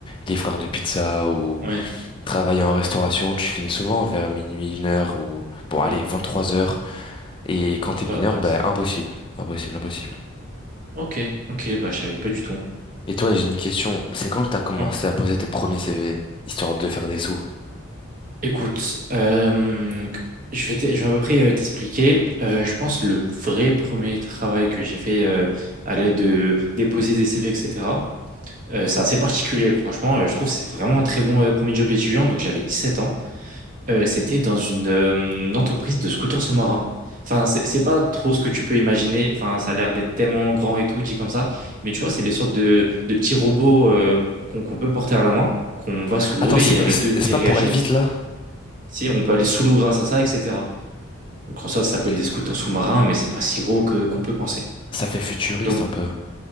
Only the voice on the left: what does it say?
les frères de pizza ou
travailler en restauration, tu finis souvent vers minuit, une heure ou bon
allez, 23 heures. Et quand t'es
mineur,
ben impossible, impossible, impossible.
Et toi, j'ai une question. C'est quand que t'as commencé
à poser tes premiers CV, histoire de faire des sous?
Attends,
c'est
pas, c'est
c'est pas pour aller vite là?
Ok.
Ça fait futuriste
un peu.